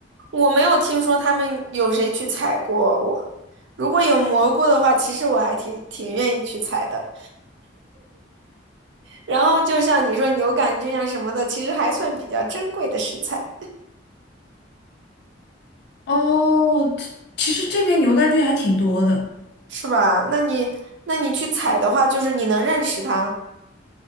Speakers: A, on the right (about 70°); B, on the left (about 60°).
A: 我没有听说他们有谁去采过我。如果有蘑菇的话，其实我还挺挺愿意去采的。然后就像你说牛肝菌啊什么的，其实还算比较珍贵的食材，
B: 哦，其其实这边牛肝菌还挺多的。
A: 是吧？那你那你去采的话，就是你能认识它，